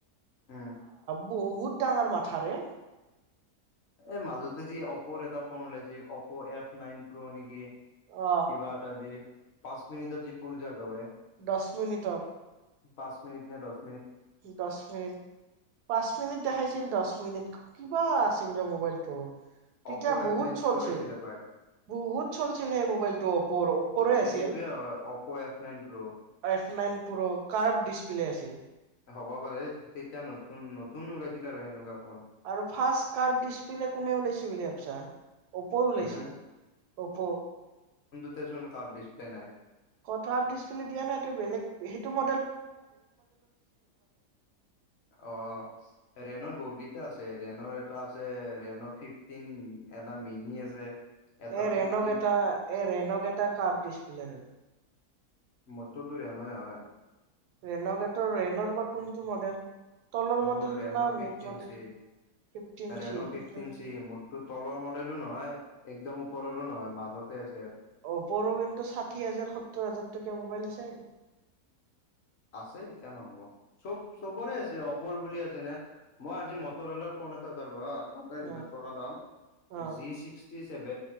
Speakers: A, on the left; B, on the right.
A: উম
B: বহুত ডাঙৰ মাথা ৰে
A: এই মাজতে যি অপ'ৰ এটা ফোন উওলাইছিল অপ' এফ নাইন প্ৰ' নেকি কিবা
B: অ
A: এটা যে পাঁচ মিনিটত যে ফুল চাৰ্জ হয়
B: দহ মিনিটত
A: পাঁচ মিনিট নে দশ
B: দহ মিনিট পাঁচ মিনিট দেখাইছিল দশ মিনিট কিবা আছিল ৰ মোবাইলটো তেতিয়া
A: অপ' এফ
B: বহুত
A: নাইন
B: চলছিল
A: প্ৰ' আছিলে প্ৰায়
B: বহুত চলছিল সেই মোবাইলটো অপৰ অপৰে
A: এ
B: আছিল
A: সেইটোয়ে হয় অপ' এফ নাইন প্ৰ'
B: এফ নাইন প্ৰ কাৰ ডিছপ্লে আছিল
A: হ'ব পাৰে তেতিয়া নতুন নতুন ওলাইছিল আৰু সেনেকুৱা ফোন
B: আৰু ফ ডচপ্লে কোনে ওলাইছে বুলি ভাবিছা অপ' ওলাইছে
A: মানে
B: অপ'
A: ক ডিছপ্লে নাই
B: কলে নাই টো ম
A: অ ৰেণুৰ বহুত কেইটা আছে ৰেণুৰ এটা আছে ৰেনু ফিফটিন এটা মিনি আছে এটা
B: এই ৰেনক
A: ফিফটিন
B: এটা এই ৰেনক এটা কাপ ডচপ্লে হয়
A: মোৰতো ৰেণয়ে হয়
B: ৰেণকটোৰ ৰেণৰ বা কোনটো মডেল তলৰ মডেলটো
A: মোৰ ৰেন'
B: নাই
A: fifteen
B: মিট model
A: C
B: fifteen
A: Reno
B: C
A: ফিফটঞ্চি
B: কিন্তু
A: মোৰটো তলৰ ম লো নহয় একদম ওপৰৰো নহয় মাজতে আ
B: অপৰো কিন্তু ষাঠি হাজাৰ সত্তৰ হাজাৰ টকীয়া মোবাইল আছে
A: আছে কন হ'ব চব চবৰে আছে অপৰ বুলি আছে ন মই আজি মটৰলাৰ ফোন এটা চালো আহ সাতাইশ হাজাৰ
B: অ',
A: টকা দাম
B: অ',
A: জিক্সি ছিক্স ভ